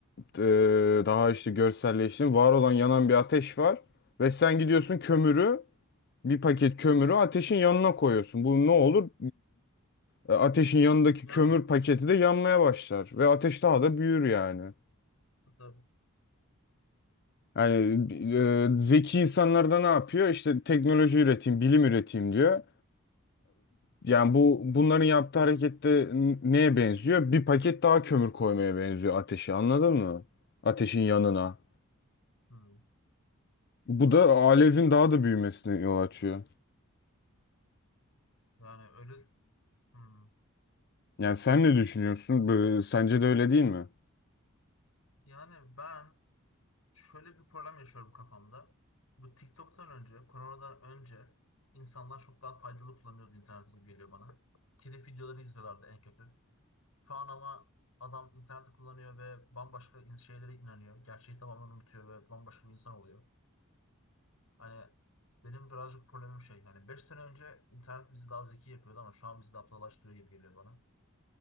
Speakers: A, on the left; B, on the left.
A: e, daha işte görselleştirdim, Var olan yanan bir ateş var. Ve sen gidiyorsun kömürü, bir paket kömürü ateşin yanına koyuyorsun. Bu ne olur? E, Ateşin yanındaki
B: Yangın
A: kömür
B: olur.
A: paketi de yanmaya başlar. Ve ateş daha da büyür yani.
B: Tabii.
A: Yani
B: Hmm.
A: e, zeki insanlar da ne yapıyor? İşte teknoloji üreteyim, bilim üreteyim diyor. Yani bu bunların yaptığı harekette n- neye benziyor? Bir paket daha kömür koymaya benziyor ateşi anladın mı? Ateşin yanına.
B: Hmm.
A: Bu da alevin daha da büyümesine yol açıyor.
B: Yani öyle Hmm.
A: Yani sen ne düşünüyorsun? Böyle- Sence de öyle değil mi?
B: Yani ben şöyle bir problem yaşıyorum kafamda. Bu TikTok'tan önce, koronadan önce insanlar çok daha faydalı kullanıyordu internet gibi geliyor bana. Telif videoları izliyorlardı en kötü. Şu an ama adam interneti kullanıyor ve bambaşka in- şeylere inanıyor. Gerçeği tamamen unutuyor ve bambaşka bir insan oluyor. Hani benim birazcık problemim şey. Yani 5 sene önce internet bizi daha zeki yapıyordu ama şu an bizi de aptallaştırıyor gibi geliyor bana.